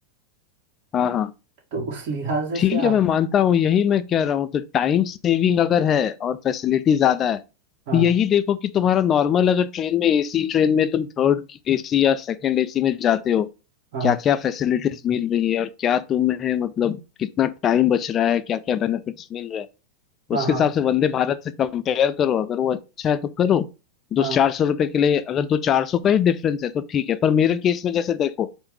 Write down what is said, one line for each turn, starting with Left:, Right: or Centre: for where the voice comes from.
Left: हाँ हाँ
Right: तो उस लिहाजे
Left: ठीक
Right: से
Left: है
Right: आप
Left: मैं मानता हूँ यही मैं कह रहा हूँ तो टाइम सेविंग अगर है और फैसिलिटी ज्यादा है तो
Right: हाँ
Left: यही देखो कि तुम्हारा नॉर्मल अगर ट्रेन में एसी ट्रेन में तुम थर्ड एसी या सेकंड एसी में जाते हो
Right: हाँ
Left: क्या क्या फैसिलिटीज मिल रही है और क्या तुम्हें मतलब कितना टाइम बच रहा है क्या क्या बेनिफिट्स मिल रहे हैं
Right: हाँ
Left: उसके
Right: हाँ
Left: हिसाब से वंदे भारत से कंपेयर करो अगर वो अच्छा है तो करो दो
Right: हाँ
Left: चार सौ रुपए के लिए अगर दो चार सौ का ही डिफरेंस है तो ठीक है पर मेरे केस में जैसे देखो